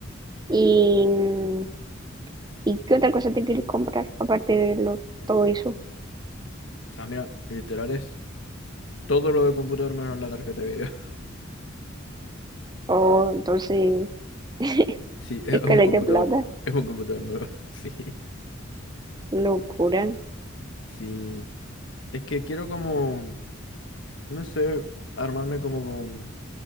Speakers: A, on the right (about 20°); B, on the left (about 65°).
A: ¿Y, mm, ¿y qué otra cosa te quieres comprar aparte de lo, todo eso?
B: O sea, mira, literal es todo lo del computador menos la tarjeta de video. <laughs>
A: Oh, entonces, <laughs>
B: Sí, es
A: escaleta
B: un computador,
A: de plata,
B: es un computador nuevo. <laughs> Sí,
A: locura,
B: sí. Es que quiero como, no sé, armarme como